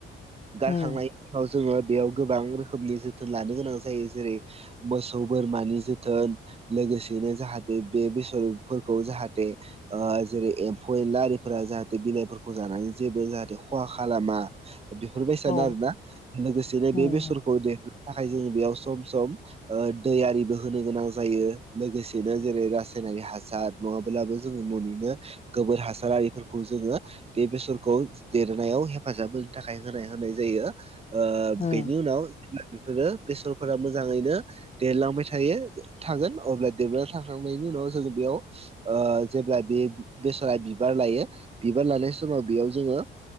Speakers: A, on the right; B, on the left.
A: गारनांनायनि
B: उम
A: उनाव जोङो बेयाव गोबां रोखोमनि जोथोन लानो गोनां जायो जेरै मोसौ बोरमानि जोथोन लोगोसेनो जाहाथे बे बेसरफोरखौ जाहाथे ओ जेरै एम्फौ एनलारिफोरा जाहाथे बिलाइफोरखौ जानानै जेबो जाहाथे खहा खालामा। बेफोरबायदि सानो
B: औ
A: आरोना लोगोसेनो
B: उम
A: बे बेसरखौ देरहनो थाखाय जों बेयाव सम सम ओ दै आरिबो होनो गोनां जायो लोगोसेनो जेरै रासायनारि हासार नङाब्लाबो जोङो न'निनो गोबोर हासाररिफोरखौ जोङो बे बेसरखौ देरनायाव हेफाजाब होनो थाखाय होनाय होनाय जायो ओ
B: उम
A: बेनि उनाव बेफोरो बेसरफोरा मोजाङैनो देरलांबाय थायो थागोन अब्ला देरनानै थाखांनायनि उनाव जोङो बेयाव ओ जेब्ला बे बेसरा बिबार लायो बिबार लानाय समाव बेयाव जोङो